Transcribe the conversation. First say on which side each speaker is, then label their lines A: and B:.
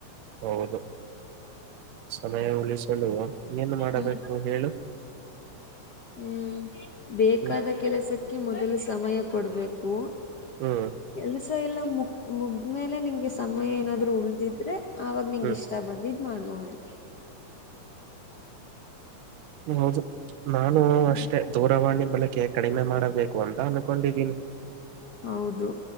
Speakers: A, on the right; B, on the left.
A: ಹೌದು ಸಮಯ ಉಳಿಸಲು ಏನು ಮಾಡಬೇಕು
B: ಹ್ಮ್
A: ಹೇಳು
B: ಹ್ಮ್ ಬೇಕಾದ
A: ಹ್ಮ್
B: ಕೆಲಸಕ್ಕೆ ಮೊದಲು ಸಮಯ ಕೊಡ್ಬೇಕು
A: ಹ್ಮ್
B: ಕೆಲ್ಸ ಎಲ್ಲ ಮು ಮುಗ್ಮೇಲೆ ನಿಂಗೆ ಸಮಯ ಏನಾದ್ೂ ಉಳ್ದಿದ್ರೆ ಆಾಗ ನಿಂಂಗ
A: ಹ್ಮ್
B: ಇಷ್ಟ ಬಂದ ಇದ್ ಮಾಡ್ಬಹುದು
A: ಹೌದು ನಾನು
B: ಹ್ಮ್
A: ಅಷ್ಟೇ ದೂರವಾಣಿ ಬಳಕೆ ಕಡಿಮೆ ಮಾಡಬೇಕು ಅಂತ ಅನ್ಕೊಂಡಿದೀನಿ
B: ಹೌದು